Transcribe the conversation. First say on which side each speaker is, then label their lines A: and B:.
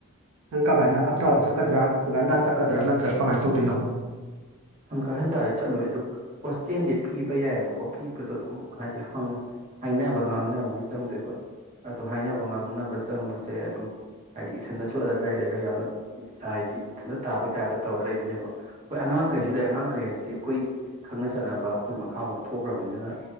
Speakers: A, on the right; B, on the right.
A: ꯅꯪ ꯀꯃꯥꯏꯅ ꯑꯞ ꯗꯥꯎꯟ ꯆꯠꯀꯗ꯭ꯔꯥ ꯍꯪꯒꯥꯟꯗ ꯆꯠꯀꯗ꯭ꯔꯥ ꯅꯠꯇ꯭ꯔꯒ ꯀꯃꯥꯏꯅ ꯇꯧꯗꯨꯅꯣ
B: ꯍꯪꯀꯛ ꯍꯟꯇꯥꯗꯤ ꯆꯠꯂꯣꯏ ꯑꯗꯨ ꯍꯣꯁꯇꯦꯜꯗꯤ ꯄꯤꯕ ꯌꯥꯏꯑꯕꯀꯣ ꯄꯤꯕꯗꯣ ꯑꯗꯨꯝ ꯍꯥꯏꯗꯤ ꯍꯪ ꯍꯥꯏꯅꯕ ꯉꯥꯡꯅꯕ ꯑꯃ ꯆꯪꯗꯣꯏꯕ ꯑꯗꯣ ꯍꯥꯏꯅꯕ ꯉꯥꯡꯅꯕ ꯆꯪꯕꯁꯦ ꯑꯗꯨꯝ ꯍꯥꯏꯗꯤ ꯏꯊꯟꯗꯁꯨꯑꯂ ꯂꯩꯔꯒ ꯌꯥꯝꯅ ꯍꯥꯏꯗꯤ ꯏꯊꯟꯗ ꯇꯥꯕꯩ ꯇꯥꯏꯞꯇ ꯇꯧꯔ ꯂꯩꯗꯣꯏꯅꯦꯕ ꯍꯣꯏ ꯑꯉꯥꯡꯈꯩ ꯁꯤꯁꯨ ꯂꯩ ꯑꯉꯥꯡ ꯀꯩ ꯍꯥꯏꯁꯤꯗꯤ ꯑꯩꯈꯣꯏꯒꯤ ꯈꯪꯅ ꯆꯥꯟꯅꯕ ꯑꯩꯈꯣꯏ ꯃꯈꯥꯐꯥꯎ ꯊꯣꯛꯈ꯭ꯔꯕꯅꯤ ꯑꯗꯨꯅ